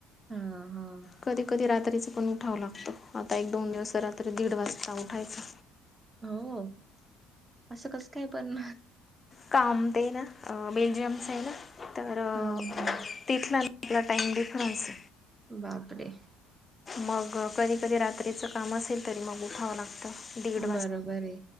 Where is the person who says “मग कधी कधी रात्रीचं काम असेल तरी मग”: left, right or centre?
Left